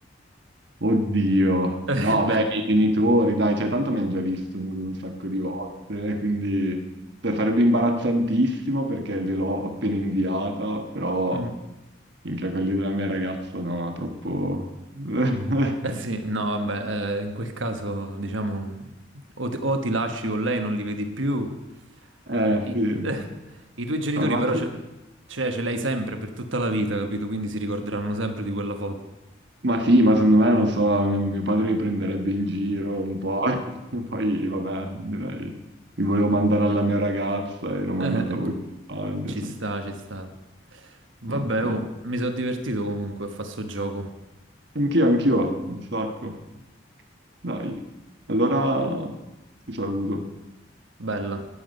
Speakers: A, on the right; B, on the right.
A: Oddio.
B: <laughs>
A: No, vabbè, i miei genitori, dai, cioè, tanto mi hanno già visto nudo un sacco di volte, eh, quindi cioè, sarebbe imbarazzantissimo perché gliel'ho appena inviata, però
B: Mm,
A: minchia, quelli della mia ragazza no, troppo... <laughs>
B: eh sì, no, vabbè, eh, in quel caso, diciamo, o ti, o ti lasci con lei, non li vedi più.
A: Eh,
B: I,
A: sì.
B: <laughs> eh, i tuoi genitori
A: Cioè, al massimo...
B: però ce, cioè, ce l'hai sempre per tutta la vita, capito? Quindi si ricorderanno sempre di quella foto.
A: Ma sì, ma secondo me, non lo so, mio, mio padre mi prenderebbe in giro un po', <laughs> e poi vabbè, direi, mi volevo mandare alla mia ragazza e l'ho mandata
B: Eh,
A: voi per sbaglio,
B: ci
A: cioè,
B: sta, ci sta. Vabbè,
A: no, no.
B: oh, mi sono divertito comunque a fare sto gioco.
A: Anch'io, anch'io, un sacco. Dai, allora ti saluto.
B: Bella.